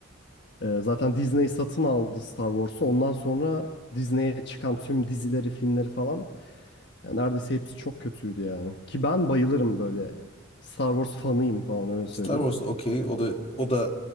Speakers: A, on the left (about 60°); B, on the left (about 30°).
A: Ee, zaten Disney satın aldı Star Wars'u. Ondan sonra Disney'e çıkan tüm dizileri, filmleri falan yani neredeyse hepsi çok kötüydü yani. Ki ben bayılırım böyle Star Wars fanıyım falan öyle söyleyeyim.
B: Star Wars da okey. O da o da